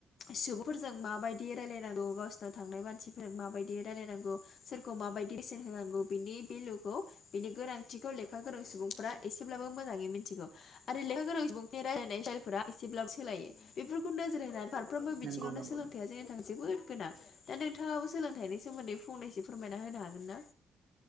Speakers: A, on the left; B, on the right.
A: सुबुंफोरजों माबायदि रायलायनांगौ गावसोरनाव थांनाय मानसिफोरजों माबायदि रायलायनांगौ सोरखौ माबायदि बेसेन होनांगौ बिनि बेलुखौ बिनि गोनांथिखौ लेखा गोरों सुबुंफोरा एसेब्लाबो मोजाङै मिथिगौ आरो लेखा गोरों सुबुं रायलायनाय जायफोरा एसेब्लाबो सोलायो बेफोरखौ नोजोर होनानै फारफ्रोमबो बिथिङावनो
B: नंगौ नंगौ
A: सोलोंथायया
B: नोंथां
A: जोंनि थां जोबोद गोनां दा नोंथाङाबो सोलोंथाइनि सोमोन्दै फंनैसो फोरमायना होनो हागोन ना